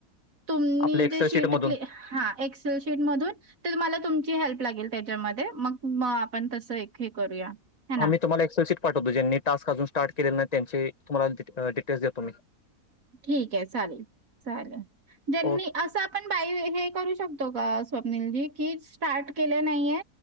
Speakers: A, on the right; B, on the left.
A: तुम्ही
B: आपल्या एक्सेल
A: जे शीट
B: मधून
A: क्- हा एक्स एक्सल शिटमधून मला तुमची हेल्प लागेल त्याच्यामध्ये मग
B: <inaudible>
A: मग आपण तसं एक हे करूया, है ना?
B: आ मी तुम्हाला एक्सलशीट पाठवतो ज्यांनी टास्क अजून स्टाट केलेला नाही त्यांचे तुम्हाला डिटेल्स देतो मी
A: ठीक आहे चालेल -चालेल -ज्यांनी
B: ओके
A: असं आपण बा हे करू शकतो का? स्वप्नीलजी की स्टार्ट केले नाहीये